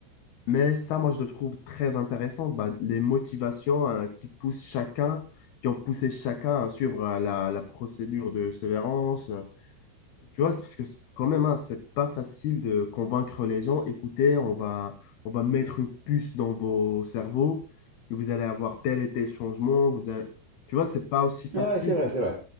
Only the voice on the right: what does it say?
Ouais, c'est vrai, c'est vrai.